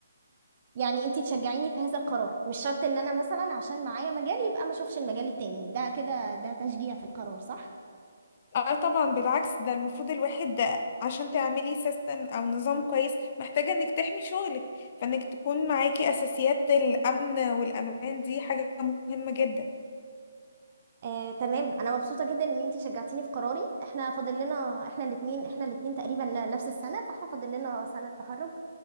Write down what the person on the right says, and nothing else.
يعني انتي تشجعيني في هذا القرار مش شرط ان انا مثلا عشان معايا مجال يبقى ما اشوفش المجال التاني ده كده ده تشجيع في القرار صح
آه، تمام انا مبسوطه جدا ان انتي شجعتيني في قراري احنا فاضل لنا احنا الاثنين احنا الاثنين تقريبا نفس السنه فاحنا فاضل لنا سنه تخرج